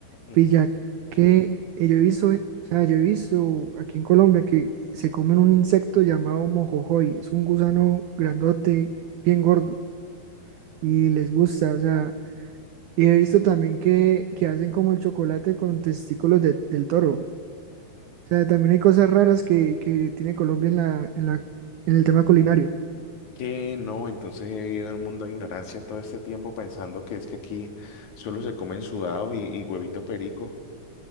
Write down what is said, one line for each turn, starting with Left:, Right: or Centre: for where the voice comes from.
Left: Ujú.
Right: Pues ya que eh, yo he visto, eh, o sea, yo he visto aquí en Colombia que se comen un insecto llamado mojojoy. Es un gusano grandote, bien gordo, y les gusta, o sea, y he visto también que, que hacen como el chocolate con testículos de- del toro. O sea, también hay cosas raras que, que tiene Colombia en la, en la, en el tema culinario.
Left: Que no, entonces he vivido en un mundo de ignorancia todo este tiempo pensando que es que aquí solo se comen sudados y, y huevito perico.